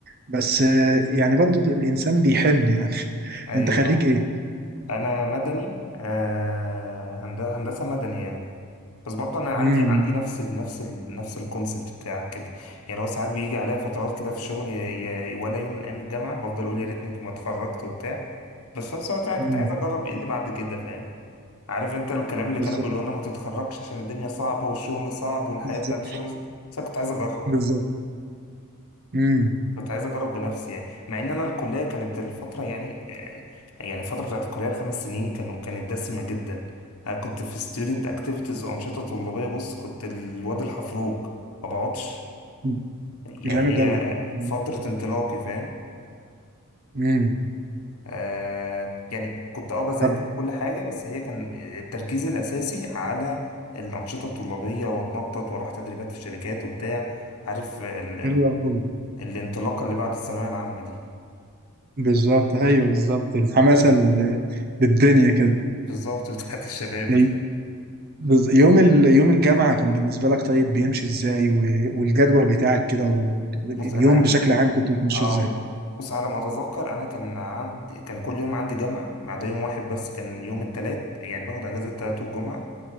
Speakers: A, on the right; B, on the left.
A: بس يعني برضو الإنسان بيحن يعني <laughs>
B: ايوه
A: أنت خريج
B: فاهم.
A: إيه؟
B: انا مدني آه، هند- هندسة مدني يعني بس برضه انا عندي
A: مم.
B: عندي نفس ال نفس ال نفس الكونسبت بتاعك كده يعني لو ساعات بيجي عليا فترات كده في الشغل ي- ي- ولا يوم من ايام الجامعة بفضل اقول يا ريتني ما اتخرجت وبتاع بس في نفس الوقت أنا كنت
A: مم.
B: عايز اجرب ايه اللي بعد كده فاهم؟ عارف انت الكلام اللي
A: بالظبط
B: كانوا بيقولوا لنا ما تتخرجش عشان الدنيا صعبة والشغل صعب والحياة
A: بالظبط
B: بتاعت الشغل بس انا كنت عايز اجرب
A: بالظبط مم.
B: كنت عايز اجرب بنفسي يعني مع ان انا الكليه كانت الفتره يعني آه، يعني الفتره بتاعت الكليه الخمس سنين كانوا كانت دسمه جدا انا كنت في ستودنت اكتيفيتيز وانشطه طلابيه بص كنت الواد الحفروك ما بقعدش
A: مم.
B: يعني
A: جامد
B: هي
A: أوي مم.
B: فتره انطلاقي فاهم
A: مم.
B: آه يعني كنت اه بذاكر
A: طب
B: كل حاجه بس هي كان التركيز الاساسي على الانشطه الطلابيه واتنطط واروح تدريبات في شركات وبتاع عارف ال ال
A: حلو أوي
B: الانطلاقه اللي بعد الثانويه العامه دي
A: بالظبط أيوه بالظبط الحماسة ال- للدنيا كده
B: بالظبط <laughs> بتاعت الشباب دي
A: أي- بز- يوم ال... يوم الجامعة كان بالنسبة لك طيب بيمشي إزاي و... والجدول بتاعك كده وال... واليوم
B: بص انا
A: بشكل عام كنت بتمشي
B: اه
A: إزاي؟
B: بص على ما اتذكر انا كان عندي كان كل يوم عندي جامعه ما عدا يوم واحد بس كان يوم التلات يعني باخد اجازه التلات والجمعه